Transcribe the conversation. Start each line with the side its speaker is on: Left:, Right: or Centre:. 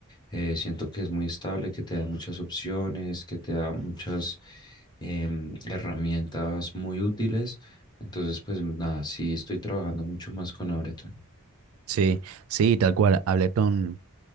Left: Eh, siento que es muy estable, que te da muchas opciones, que te da muchas em, herramientas muy útiles. Entonces, pues nada, sí estoy trabajando mucho más con Ableton.
Right: Sí, sí, tal cual. Ableton,